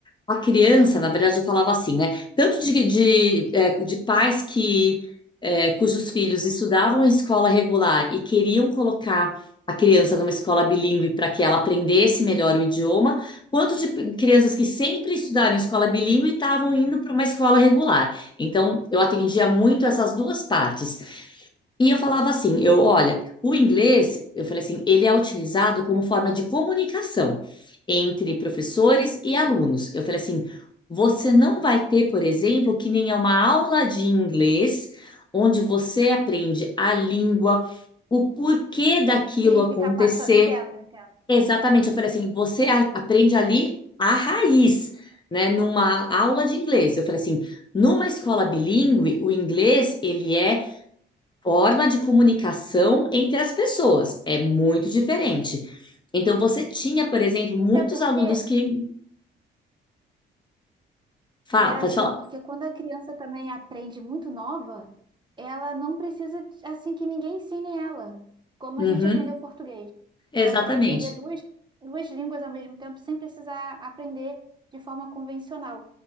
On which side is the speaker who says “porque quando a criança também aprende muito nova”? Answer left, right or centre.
Right